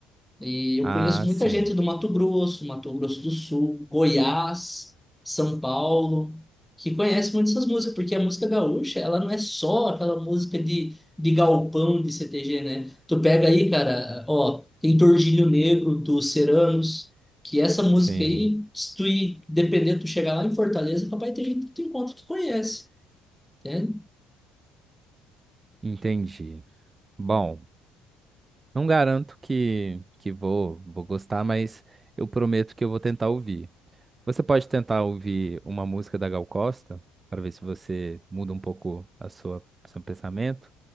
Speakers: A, in the centre; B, on the right.
A: E eu
B: Ah,
A: conheço muita
B: sim,
A: gente do Mato Grosso, Mato Grosso do Sul, Goiás, São Paulo, que conhece muito essas músicas, porque a música gaúcha, ela não é só aquela música de, de galpão de CTG, né? Tu pega aí, cara, ó, tem Tordilho Negro dos Ceranos, que essa música
B: sim,
A: aí, se tu ir, dependendo, tu chegar lá em Fortaleza, papai, tem gente que tu encontra que conhece, né?
B: entendi. Bom, não garanto que que vou vou gostar, mas eu prometo que eu vou tentar ouvir. Você pode tentar ouvir uma música da Gal Costa para ver se você muda um pouco a sua seu pensamento?